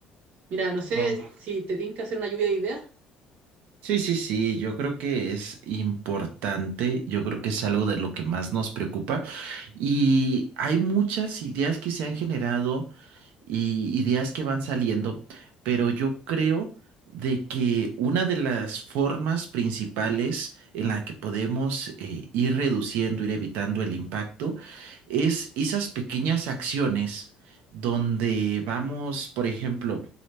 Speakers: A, on the right (about 65°); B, on the right (about 85°).
A: Mira, no sé
B: Oh,
A: si te tinca hacer una lluvia de ideas.
B: Sí, sí, sí, yo creo que es importante, yo creo que es algo de lo que más nos preocupa y hay muchas ideas que se han generado y ideas que van saliendo, pero yo creo de que una de las formas principales en la que podemos eh, ir reduciendo, ir evitando el impacto, es esas pequeñas acciones donde vamos, por ejemplo,